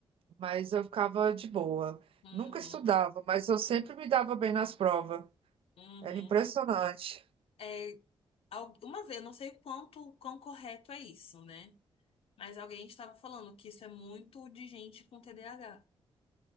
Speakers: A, on the right (about 70°); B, on the left (about 75°).
A: mas eu ficava de boa.
B: Uhum.
A: Nunca estudava, mas eu sempre me dava bem nas provas.
B: Uhum.
A: Era impressionante.
B: É, al- uma vez, eu não sei o quanto, o quão correto é isso, né? Mas alguém estava falando que isso é muito de gente com TDAH.